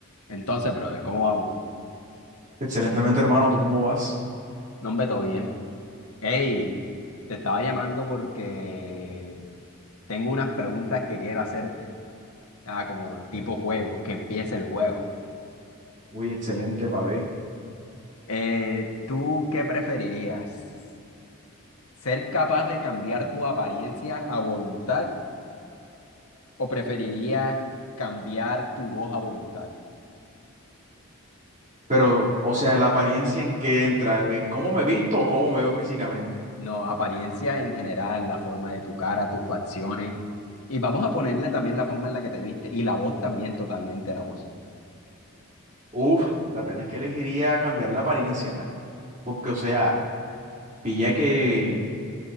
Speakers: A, on the left; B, on the right.
A: Entonces, brother, ¿cómo vamos?
B: Excelentemente, hermano, ¿tú cómo vas?
A: No, hombre, todo bien. Hey, te estaba llamando porque tengo unas preguntas que quiero hacerte. Ah, como tipo juego, que empiece el juego.
B: Uy, excelente, pavé.
A: Eh, ¿tú qué preferirías? ¿Ser capaz de cambiar tu apariencia a voluntad o preferirías cambiar tu voz a voluntad?
B: Pero, o sea, la apariencia en que entra, ¿en cómo me visto o cómo me veo físicamente?
A: No, apariencia en general, la forma de tu cara, tus facciones. Y vamos a ponerle también la forma en la que te viste y la voz también, totalmente la voz.
B: Uf, la pena es que elegiría cambiar la apariencia, marica. Porque, o sea, pilla que,